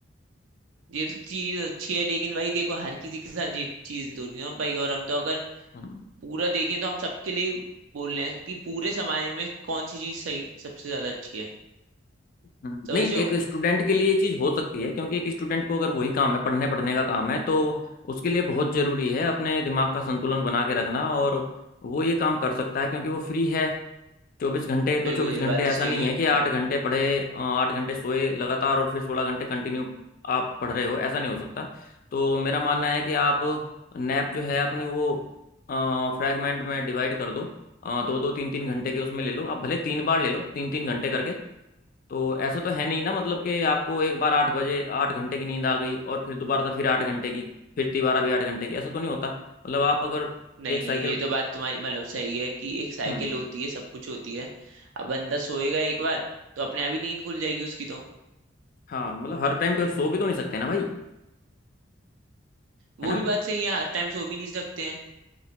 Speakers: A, on the right; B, on the left.
A: ये तो चीज अच्छी है लेकिन भाई देखो हर किसी के साथ ये चीज तो नहीं हो पाई और हम तो अगर
B: है
A: पूरा देखें तो हम सबके लिए बोल रहे हैं कि पूरे समाज में कौन सी चीज सही सबसे ज्यादा अच्छी है
B: हम्म।
A: समझ
B: नहीं
A: रहे हो
B: एक स्टूडेंट के लिए ये चीज़ हो सकती है क्योंकि एक स्टूडेंट को अगर वही काम है पढ़ने पढ़ने का काम है तो उसके लिए बहुत ज़रूरी है अपने दिमाग का संतुलन बना के रखना और वो ये काम कर सकता है क्योंकि वो फ्री है चौबीस घंटे
A: बिल्कुल
B: तो चौबीस
A: ये
B: घंटे
A: बात तो
B: ऐसा
A: सही
B: नहीं
A: है
B: है कि आठ घंटे पढ़े अ, आठ घंटे सोए लगातार और फिर सोलह घंटे कंटिन्यू आप पढ़ रहे हो ऐसा नहीं हो सकता तो मेरा मानना है कि आप नैप जो है अपनी वो फ्रैगमेंट में डिवाइड कर दो दो दो तीन तीन घंटे के उसमें ले लो आप भले तीन बार ले लो तीन तीन घंटे करके तो ऐसा तो है नहीं ना मतलब कि आपको एक बार आठ बजे आठ घंटे की नींद आ गई और फिर दोबारा से फिर आठ घंटे की फिर तिबारा भी आठ घंटे की ऐसा तो नहीं होता मतलब आप अगर
A: नहीं
B: एक
A: नहीं
B: साइकिल
A: ये तो बात तुम्हारी मतलब सही है कि एक साइकिल
B: हम्म
A: होती है सब कुछ होती है अब बंदा सोएगा एक बार तो अपने आप ही नींद खुल जाएगी उसकी तो
B: हाँ मतलब हर टाइम पे सो भी तो नहीं सकते ना भाई
A: वो
B: है ना
A: भी बात सही है हर टाइम सो भी नहीं सकते हैं